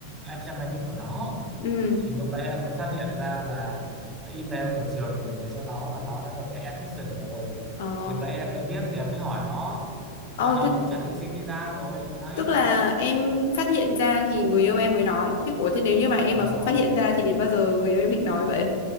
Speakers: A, on the right (about 15°); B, on the left (about 55°).
A: em xem máy tính của nó
B: Ừ.
A: thì lúc đấy em mới phát hiện ra là cái email của trường gửi về cho nó là nó đã được cái admission rồi
B: Ờ.
A: thì lúc đấy em mới biết thì em mới hỏi nó
B: Ờ,
A: mà nó
B: thế,
A: cũng chuẩn bị xin visa rồi đấy
B: tức là em phát hiện ra thì người yêu em mới nói. Thế ủa thế nếu như mà em
A: đúng
B: mà không
A: rồi
B: phát hiện ra thì đến bao giờ người yêu em định nói vậy?